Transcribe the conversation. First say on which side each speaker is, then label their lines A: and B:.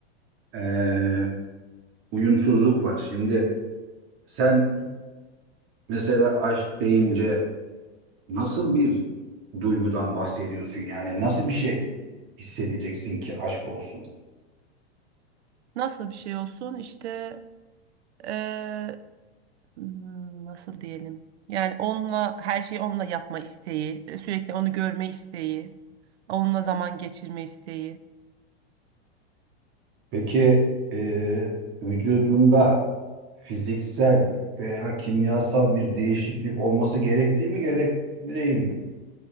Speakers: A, on the right; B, on the right.
A: Ee, uyumsuzluk var. Şimdi sen mesela aşk deyince Nasıl bir duygudan bahsediyorsun yani? Nasıl bir şey hissedeceksin ki aşk olsun?
B: Nasıl bir şey olsun işte eee, hmm, nasıl diyelim? Yani onunla her şeyi onunla yapma isteği, e, sürekli onu görme isteği, onunla zaman geçirme isteği.
A: Peki e, vücudunda fiziksel veya kimyasal bir değişiklik olması gerektiği mi gerekli değil mi?